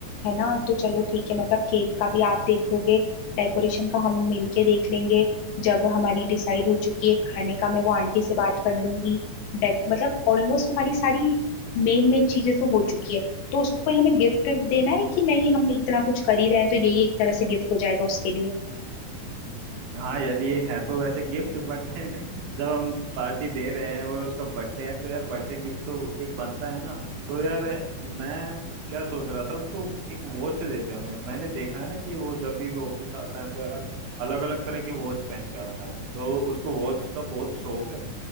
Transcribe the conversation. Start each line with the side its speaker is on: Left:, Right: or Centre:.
Left: है ना तो चलो ठीक है मतलब केक का भी आप देख लोगे डेकोरेशन का हम मिलके देख लेंगे जगह हमारी डिसाइड हो चुकी है खाने का मैं वो आंटी से बात कर लूंगी डेक मतलब ऑलमोस्ट हमारी सारी मेन मेन चीजें तो हो चुकी है तो उसको कोई हमें गिफ्ट देना है कि नहीं हम इतना कुछ कर ही रहे हैं तो यही एक तरह से गिफ्ट हो जाएगा उसके लिए
Right: हाँ यार ये है तो वैसे गिफ्ट बट <laughs> जब हम पार्टी दे रहे हैं और उसका बर्थडे है तो यार बर्थडे गिफ्ट तो एक बनता है ना तो यार मैं क्या सोच रहा था उसको एक वॉच देते हैं हमें मैंने देखा है ना कि वो जब भी वो ऑफिस आता है तो यार अलग अलग तरह की वॉच पहन के आता है तो उसको वॉच का बहुत शौक है